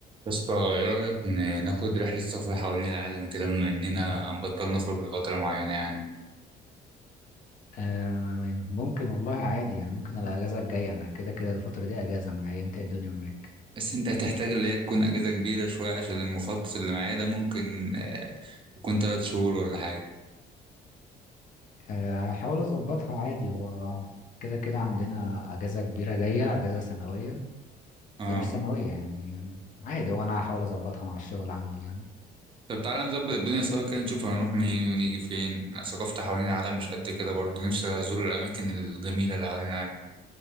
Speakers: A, on the right (about 30°); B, on the left (about 50°).
A: يا اسطى ايه رأيك ن- ناخد رحلة سفر حوالين العالم كده بما اننا هنبطل نخرج لفترة معينة يعني
B: آه ممكن والله عادي يعني ممكن الاجازه الجايه انا كده كده الفتره دي اجازه معايا انت إيه الدنيا معاك
A: بس انت هتحتاج اللي هي تكون اجازة كبيرة شوية عشان المخطط اللي معايا ده ممكن آه، يكون تلات شهور ولا حاجة
B: آه هحاول اظبطها عادي هو كده كده عندنا اجازه كبيره جايه اجازه سنويه
A: اه
B: هي مش سنويه يعني عادي هو انا هحاول اظبطها مع الشغل عندي يعني
A: طب تعالى نظبط الدنيا سوا كده نشوف هنروح منين ونيجي فين أنا ثقافتي حوالين العالم مش قد كده برضه نفسي ازور الاماكن الجميلة اللي حوالين العالم